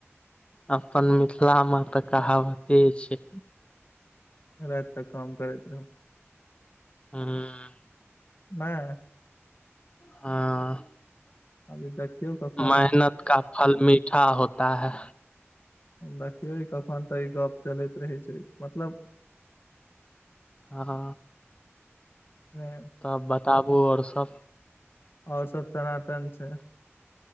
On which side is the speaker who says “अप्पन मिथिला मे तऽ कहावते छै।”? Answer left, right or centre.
Left